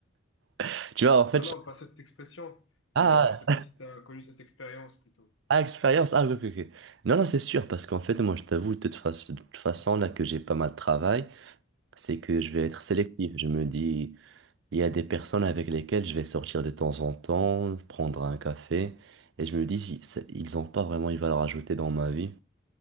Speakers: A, on the right; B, on the left.
A: <laughs> Tu vois, en fait,
B: Non, non,
A: je-
B: pas cette expression, mais
A: ah,
B: je sais pas si tu as connu cette expérience plutôt.
A: ah, expérience, ah, ok, ok. ok. Non, non, c'est sûr, parce qu'en fait, moi, je t'avoue, de toute façon, de toute façon, là que j'ai pas mal de travail, c'est que je vais être sélectif. Je me dis, il y a des personnes avec lesquelles je vais sortir de temps en temps, prendre un café, et je me dis, c'est- ils ont pas vraiment une valeur ajoutée dans ma vie.